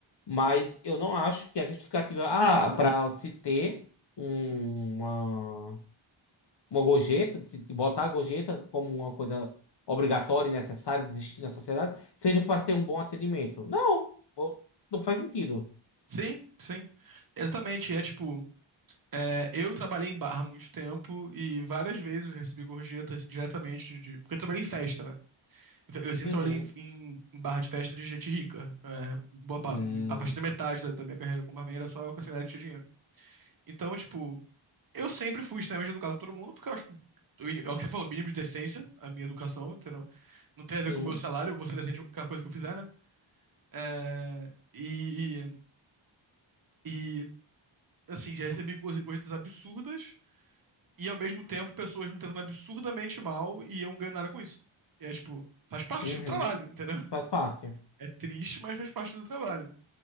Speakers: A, on the left; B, on the right.
A: Mas eu não acho que a justificativa, ah, para se ter um, uma uma gorjeta, de se botar a gorjeta como uma coisa obrigatória e necessária de existir na sociedade, seja para ter um bom atendimento. Não, Ou- não faz sentido.
B: Sim, sim. Exatamente. É tipo, é, eu trabalhei em bar há muito tempo e várias vezes eu recebi gorjeta assim, diretamente de, de- Porque eu trabalhei em festa, né? Eu sempre
A: Uhum.
B: trabalhei em, em- em barra de festa de gente rica. É, boa pa-
A: Hum,
B: A partir da metade da, da minha carreira como barman era só com essa galera que tinha dinheiro. Então, tipo, Eu sempre fui extremamente educado com todo mundo, porque eu acho. É o que você falou, mínimo de decência, a minha educação, entendeu? Não tem
A: sim.
B: a ver com o meu salário, eu vou ser decente com qualquer coisa que eu fizer, né? É, e, e, e, assim, já recebi coisa- coisas absurdas e, ao mesmo tempo, pessoas me tratando absurdamente mal e eu não ganho nada com isso. E é tipo, faz parte
A: Uhum.
B: do trabalho, entendeu?
A: Faz parte.
B: É triste, mas faz parte do trabalho.